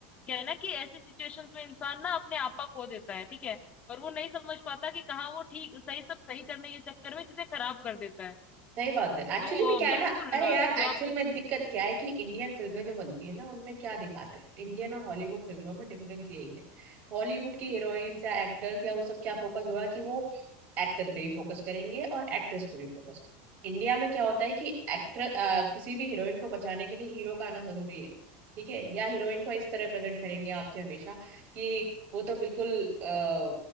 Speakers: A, on the left; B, on the right.
A: क्या है ना कि ऐसी सिचुएशंस में इंसान ना अपने आपा खो देता है ठीक है और वो नहीं समझ पाता कि कहाँ वो ठीक सही सब सही करने के चक्कर में चीजें खराब कर देता है
B: सही बात है एक्चुअली
A: तो
B: में क्या
A: अ, बिल्कुल
B: है ना अरे
A: अ,
B: यार
A: जो
B: एक्चुअल
A: आप
B: में दिक्कत क्या है कि इंडियन फिल्में जो बनती है ना उनमें क्या दिखाते हैं इंडियन और हॉलीवुड फिल्मों में डिफरेंस यही है हॉलीवुड की हीरोइंस या एक्टर्स या वो सब क्या फोकस होगा कि वो एक्टर पे भी फोकस करेंगे और एक्ट्रेस पे भी फोकस करेंगे इंडिया में क्या होता है कि एक्टर किसी भी हीरोइन को बचाने के लिए हीरो का आना जरूरी है ठीक है या हीरोइन को इस तरह प्रेजेंट करेंगे आपके हमेशा कि वो तो बिल्कुल अ,